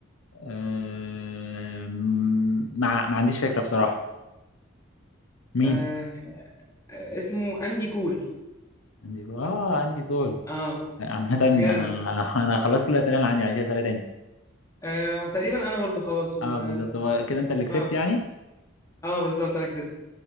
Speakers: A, on the left; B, on the left.
A: آم، ما ما عنديش فكره بصراحه مين
B: آه آه، اسمه اندي كول
A: عندي جول اه عندي جول
B: اه
A: عامه انا
B: جامد
A: <laughs> انا خلصت كل الاسئله اللي عندي يعني مش اسئله تاني
B: آه وتقريبا انا برضو خلاص و
A: اه بالظبط هو كده انت اللي كسبت
B: اه
A: يعني
B: اه بالظبط انا كسبت